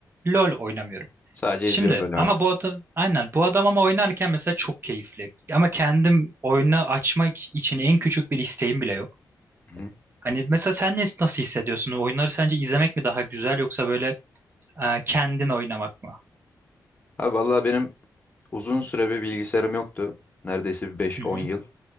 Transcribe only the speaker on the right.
LOL oynamıyorum.
Şimdi
ama
bu adam aynen bu adam ama oynarken mesela çok keyifli. Ama kendim oyunu açmak için en küçük bir isteğim bile yok.
Hani mesela sen ne- nasıl hissediyorsun? Oyunları sence izlemek mi daha güzel yoksa böyle e, kendin oynamak mı?
Hı hı.